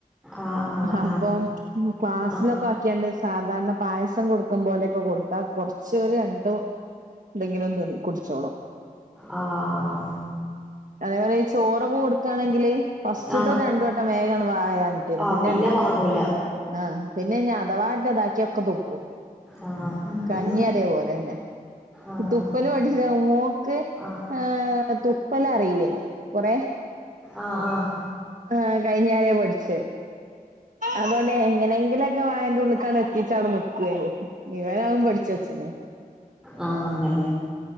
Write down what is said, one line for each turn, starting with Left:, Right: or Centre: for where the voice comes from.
Centre: ആഹ് ആഹ്
Right: ഹപ്പം
Centre: ആഹ്
Right: ഉം ക്ലാസ്സിലൊക്കെ
Centre: ആഹ്
Right: ആക്കിയാണ്ട് സാധാരണ പായസം കൊടുക്കും പോലെയൊക്കെ കൊടുത്താ കൊറച്ച് ഒര് രണ്ട് ഇതെങ്കിലും തിം കുടിച്ചോളും.
Centre: ആഹ്
Right: അതേ പോലെ ഈ ചോറൊക്കെ കൊട്ക്കാണെങ്കില് ഫസ്റ്റ്
Centre: ആഹ്
Right: ത്തെ രണ്ട് വട്ടം വേഗാണ് വായ കാണ് ച്ചരും.
Centre: ആഹ്
Right: പിന്നെ ല്ല.
Centre: വാങ്ങൂല
Right: ആഹ് പിന്നെ ഞ് അഥവാറ്റെ ഇതാക്കിയാ ഒക്കെ തുപ്പും.
Centre: ആഹ് പിന്നെ
Right: കഞ്ഞി അതേപോലെന്നെ
Centre: ആഹ്
Right: ഇ തുപ്പല് പഠിച്ച്ണ മോക്ക്
Centre: ആഹ്
Right: ഏഹ് തുപ്പലറീല്ലേനി കൊറേ
Centre: ആഹ് ആഹ്
Right: ആഹ് കഴിഞ്ഞാരെ പഠ്ച്ചത്. അതൊണ്ട് എങ്ങനെങ്കിലൊ ക്കെ വായന്റുള്ള്ക്കാണ്ട് എത്തിച്ചാ അവിടെ നിക്ക്വേനി. ഇവനവും പഠിച്ചെച്ണ്.
Centre: ആഹ് അതന്നെ.